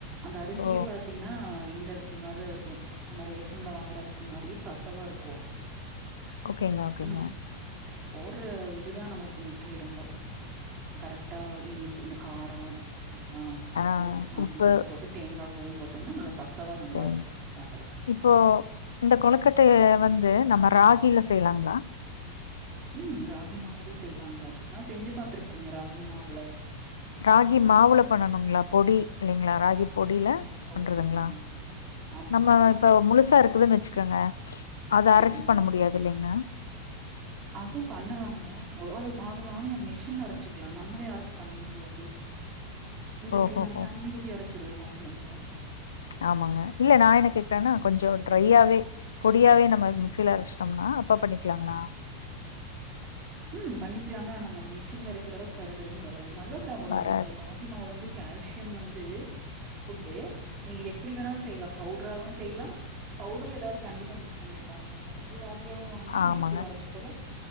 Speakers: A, on the right; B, on the left.
A: அந்த அரிசியே
B: ஓ!
A: பாரத்தீங்கன்னா இந்தரி சி மாரிதான் இருக்கும் நம்ம ரேஷன்ல வாங்குற அரிசி மாரி பசவா இருக்கும்
B: ஓகேங்க ஓகேங்க.
A: ஆம் நீங்க போடுற இதுதான் நம்மளுக்கு முக்கியம் ரொம்போ கரெக்டாகி இனிப் இந்த காரம் இதெல்லாம் போட்டு
B: ஆ
A: ஆனியன்ல்லாம்
B: உப்பு
A: போட்டு தேங்காய் பூவும் போட்டோம்னா நல்லா பசவா நல்லாருக்கும்
B: சரிங்க.
A: சாப்பட்றக்கு
B: இப்போ இந்த கொழுக்கட்டய வந்து நம்ம ராகில செய்யலாங்களா
A: ம் ராகி மாவுலயயூ செய்லாங்க நா செஞ்சு பார்த்திருக்கேங்க ராகி மாவுல
B: ராகி மாவுல பண்ணனுங்களா பொடி இல்லலைங்களா ராகி பொடில
A: ம் பவுடர்.
B: பண்றதுங்களா
A: ம். ஆமாங்க.
B: நம்ம இப்ப முழுசா இருக்குதுன்னு வச்சுக்கோங்க அத
A: சரிங்க.
B: அரச்சி பண்ண முடியாது இல்லலைங்களா
A: அதூ பண்ணலாங்க வே அது மா அது வாங்கி நம்ம மெஷின்ல அரச்சிக்கலா நம்மளே அரச்சி பண்ண முடியாது உங்களுக்கு
B: ஓஹோஹோ
A: நம்ம தண்ணி ஊத்தி அரச்சுருவோ <unintelligible> ம்ல்ல
B: ஆமாங்க இல்ல நா என்ன கேக்குறேன்னா கொஞ்சே ட்ரையாவே பொடியாவே நம்ம மிக்சியில அரச்சிட்டோம்னா அப்பா பண்ணிக்கலாங்களா
A: ம் பண்ணிக்கலா தா ஆனா நம்ம மிஷின்ல அரைக்கிற அளவுக்கு தரு தருன்னு வராது நல்லத் தா ஒடம்புக்கு
B: வராது
A: ராகி மாவ் வந்து கால்சியம் வந்து ஃபுட்டு நீங்க எப்படி வேணாலும் செய்யலாம் பவுடராவும் செய்யலாம் பவுடர்ல ஏதாவது கண்டிப்பா மிக்ஸ் பண்ணிருப்பாங்க நம்ம முழு ராகியாவும் வாங்கி
B: ஆமாங்க
A: மிக்சில அரச்சு கூட